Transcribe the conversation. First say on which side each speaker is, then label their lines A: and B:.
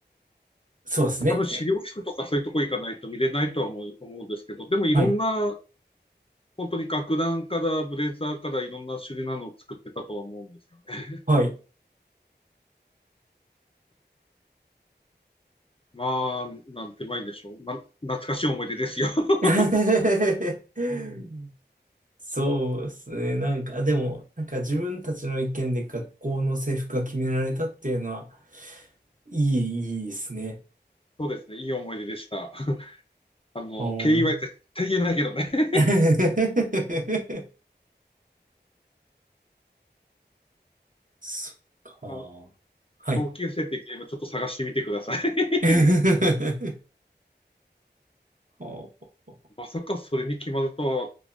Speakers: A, on the right; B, on the left.
A: そうですね。
B: 多分資料室とかそういうとこ行かないと見れないとは思う思うんですけど、でもいろんな、
A: はい。
B: 本当に楽団からブレザーからいろんな種類なのを作ってたとは思うんですよね。
A: はい。
B: まあ、なんてまいんでしょう。まあ、懐かしい思い出ですよ。<laughs>
A: <laughs> そうですね。なんか、でも、なんか自分たちの意見で学校の制服が決められたっていうのは、いい、いいですね。
B: そうですね、いい思い出でした。<laughs> あの、
A: おー
B: 経緯は絶対言えないけどね。<laughs>
A: <laughs> そっか。
B: あの
A: はい。
B: 同級生ってゲームちょっと探してみてください。<laughs>
A: <laughs> はあ
B: まさかそれに決まるとは